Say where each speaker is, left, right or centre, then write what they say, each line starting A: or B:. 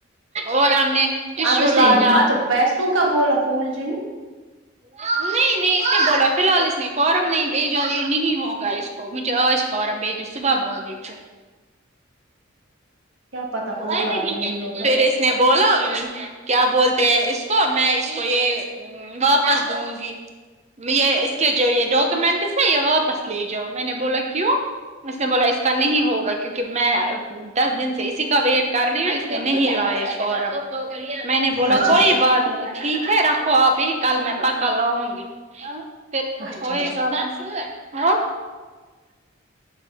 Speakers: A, on the right (about 35°); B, on the right (about 70°).
A: اور ہم نے ٹشو
B: اب اس
A: لایا
B: نے مت پیسوں کا بولا <unintelligible>
A: نہیں نہیں اس نے بوڑا فی الحال اس نے فارم نہیں بھیجا یہ نہیں ہوگا اس کو مجھے آج فارم بھیجنے صبح بولی تھی
B: کیا پتا
A: <unintelligible>
B: ہوگا اب نہیں ہوگا
A: اس نے بولو کیا بولتے ہیں اس کو میں اس کو یہ واپس دوں گی یہ اس کے جو یہ ڈاکومینٹس بھیا واپس لے جاؤ میں نے بولا کیوں اس نے بولا اس کا نہیں ہوگا کیونکہ میں دس دن سے اسی ویٹ کر رہی ہوں اس نے نہیں لائے فورم میں نے بولا
B: اچھا
A: کوئی بات ٹھیک ہے رکھو آپ ہی کل میں کل میں پکا لاؤں گی پھر
B: اچھا
A: ہوئے
B: اچھا
A: گا ہاں